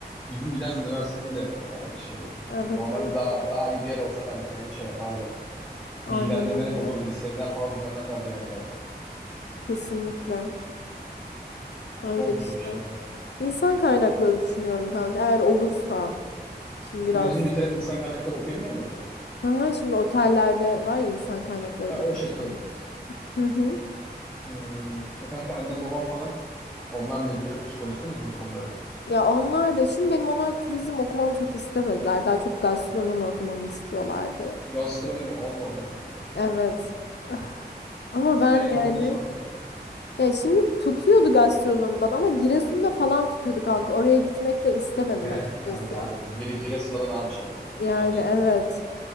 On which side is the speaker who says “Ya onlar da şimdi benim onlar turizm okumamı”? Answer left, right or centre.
Left